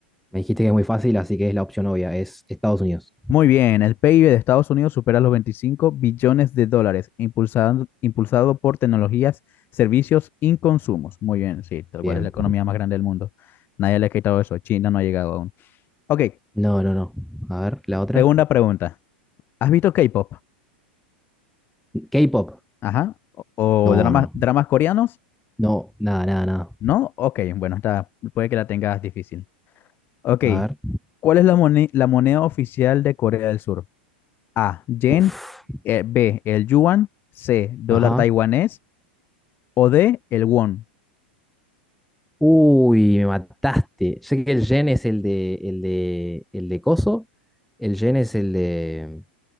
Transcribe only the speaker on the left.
Muy bien, el PIB de Estados Unidos supera los 25 billones de dólares, impulsado, impulsado por tecnologías, servicios y consumos. Muy bien, sí, tal
cual es la economía más grande del mundo. Nadie le ha quitado eso, China no ha llegado aún. Ok,
segunda pregunta. ¿Has visto K-pop?
Ajá. ¿O,
o dramas,
dramas coreanos?
¿No? Ok, bueno, está, puede que la tengas difícil. Ok,
¿cuál es la, mone- la moneda oficial de Corea del Sur? A, yen,
eh, B, el yuan, C, dólar
taiwanés O D, el won.